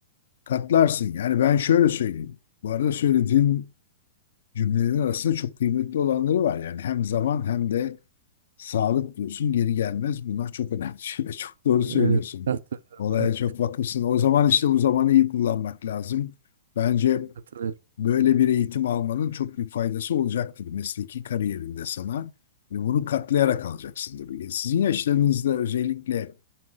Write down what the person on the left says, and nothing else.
katlarsın. Yani ben şöyle söyleyeyim. Bu arada söylediğin cümlelerin arasında çok kıymetli olanları var. Yani hem zaman hem de Sağlık diyorsun geri gelmez. Bunlar çok önemli şeyler. <laughs> Çok doğru söylüyorsun.
Olaya
çok vakıfsın. O zaman işte bu zamanı iyi kullanmak lazım. Bence
böyle bir eğitim almanın çok büyük faydası olacaktır mesleki kariyerinde sana. Ve bunu katlayarak alacaksın tabii. Sizin yaşlarınızda özellikle